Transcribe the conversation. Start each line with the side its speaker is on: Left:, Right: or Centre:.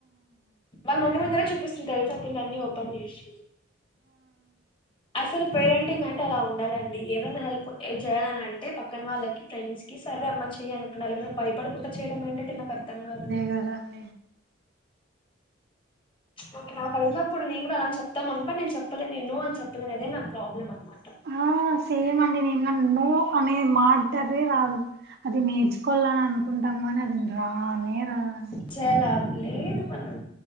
Left: వాళ్ళ మమ్మీ ముందర చూపిస్తుంది తెలుస పిల్ల అన్ని ఓపెన్ చేసి అసలు పేరెంటింగ్ అంటే అలా ఉండాల అండి ఏమైనా హెల్ప్ చేయాలని అంటే పక్కన వాళ్ళకి ఫ్రెండ్స్ కి సర్వే అమ్మ చెయ్య అన్నటుటున్నారు కానీ భయపడుకుంట చేయడం ఏంటంటే నాకు అర్థం కాదు.
Right: కదాండి
Left: నాకు కలిసినప్పుడును కూడా అలాని చెప్దం అనుకుమాట నేను చెప్పలేదు నేన్నో అని చెప్పలే అదే నాకు ప్రాబ్లం అనమాట.
Right: ఆ సేమ్ అండి నేను గాని న్నో అనే మాటనే రాదు. అది నేర్చుకోవాలని అనుకుంటాము అని అది రానే రాదండి
Left: చేలా లేదు మనం